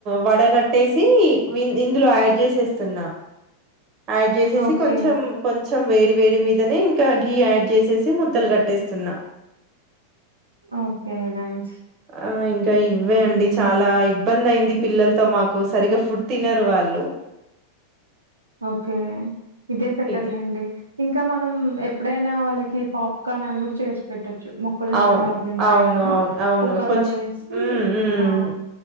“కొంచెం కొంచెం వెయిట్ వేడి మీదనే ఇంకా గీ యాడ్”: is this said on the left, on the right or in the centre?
Right